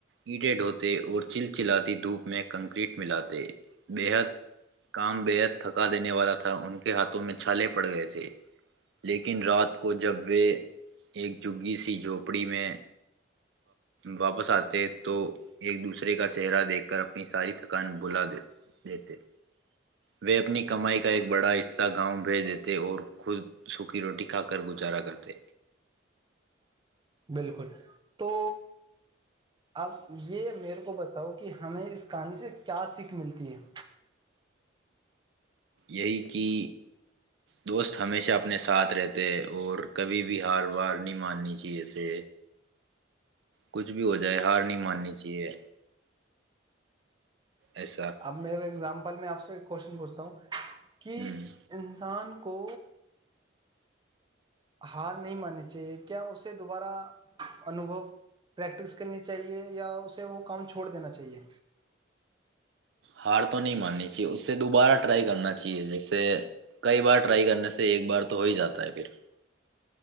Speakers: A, on the right; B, on the right.
A: ایٹڈ ہوتے اور چل چلاتی دھوپ میں کنکریٹ ملااتے بےحد کام بےحد تھکا دینے والا تھا ان کا <unintelligible> ہاتھوں میں چھالے پڑ گئے تھے لیکن رات کو جب وہ ایک جگی سی جھوپڑی میں واپس آتے تو ایک دوسرے کا چہرہ دیکھ کر اپنی ساری تھکان بھلا دیتے وہ اپنی کمائی کا ایک بڑا حصہ گاؤں بھیج دیتے اور خود سوکھی روٹی کھا کر گزار کرا کرتے
B: بالکل تو اب یہ میرے کو بتاؤ کہ ہمیں اس کہانی سے کیا سیکھ ملتی ہے
A: یہی کہ دوست ہمیشہ اپنے ساتھ رہتے ہے اور کبھی بھی ہار بار نہیں ماننی چاہیے سے کچھ بھی ہو جائے ہار نہیں ماننی چاہیے ایسا
B: اب میرے ایگزامپ میں آپ سے ک کوشچنوچھتا ہوں کہ
A: ہوں
B: انسان کو ہار نہیں ماننی چاہیے کیا اسے دوبارہ انوبو پریکٹس کرنی چاہیے یا اسے وہ کام چھوڑ دینا چاہیے
A: ہار تو نہیں ماننی چاہے اس سے دوبارہ ٹرائی کرنا چاہیے جی سے کئی بار ٹرائی کر ایک بار تو ہو ہی جاتا ہے پھر